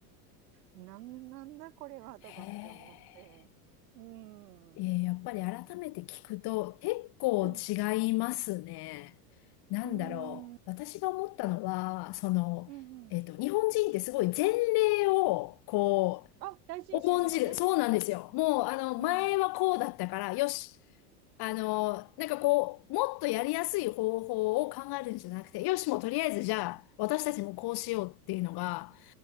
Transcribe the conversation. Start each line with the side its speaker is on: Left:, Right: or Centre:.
Right: なん、なんだこれはとかって思って、
Left: へえ。
Right: うーん、
Left: えーやっぱり改めて聞くと結構違いますね。
Right: うん、う
Left: なんだろう。
Right: ん、うん、
Left: 私が思ったのは、その、
Right: うん、うん。
Left: えっと、日本人ってすごい前例を、こ
Right: あ、大事にするよね。
Left: う、重んじる。そうなんですよ。もう、あの、
Right: うん。
Left: 前はこうだったから、よし。あの、なんかこう、もっとやりやすい方法を考えるんじゃなくて、よし、もうとりあえずじゃあ、私たちもこうしようっていうのが、